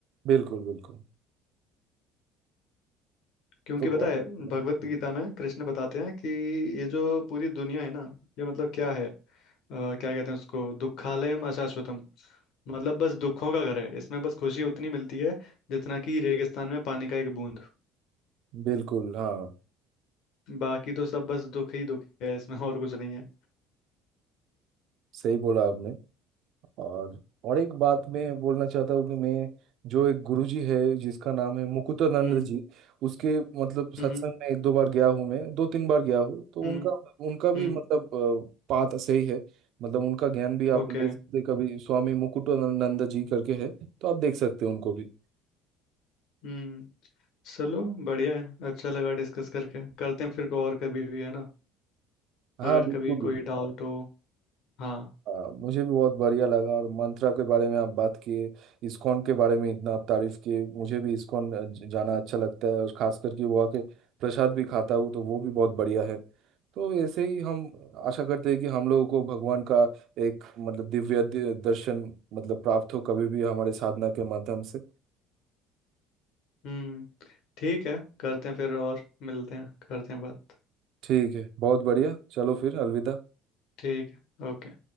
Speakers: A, on the right (about 50°); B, on the left (about 55°).
A: बिल्कुल बिल्कुल
B: क्योंकि
A: तो बहुत
B: पता है
A: अच्छा
B: भगवत
A: लगा।
B: गीता में कृष्ण बताते हैं कि ये जो पूरी दुनिया है ना ये मतलब क्या है अ, क्या कहते हैं उसको दुखालयम अशाश्वतम मतलब बस दुखों का घर है इसमें बस खुशी उतनी मिलती है जितना कि रेगिस्तान में पानी का एक बूंद
A: बिल्कुल हाँ
B: बाकी तो सब बस दुख ही दुख है इसमें और कुछ नहीं है
A: सही बोला आपने और और एक बात मैं बोलना चाहता हूँ कि मैं जो एक गुरुजी है जिसका नाम है मुकुटानंद
B: हम्म
A: जी उसके मतलब
B: हम्म
A: सत्संग में एक दो बार गया हूँ मैं दो तीन बार गया हूँ तो
B: हम्म
A: उनका उनका भी
B: हम्म
A: मतलब बात सही है मतलब उनका ज्ञान भी आप
B: ओके
A: ले सकते हैं। कभी स्वामी मुकुटानंद जी करके है तो आप देख सकते हैं उनको भी
B: हम्म चलो बढ़िया है अच्छा लगा डिस्कस करके करते हैं फिर को और कभी भी है ना
A: हाँ
B: अगर
A: बिल्कुल
B: कभी कोई डाउट हो हाँ
A: हाँ, मुझे भी बहुत बढ़िया लगा और मंत्रा के बारे में आप बात किए इस्कॉन के बारे में इतना आप तारीफ किए मुझे भी इस्कॉन ज- जाना अच्छा लगता है और खास करके वहाँ के प्रसाद भी खाता हूँ तो वो भी बहुत बढ़िया है तो ऐसे ही हम आशा करते हैं कि हम लोगों को भगवान का एक मतलब दिव्य दि- दर्शन मतलब प्राप्त हो कभी भी हमारे साधना के माध्यम से
B: हम्म ठीक है करते हैं फिर और मिलते हैं करते हैं बात
A: ठीक है बहुत बढ़िया चलो फिर अलविदा
B: ठीक है ओके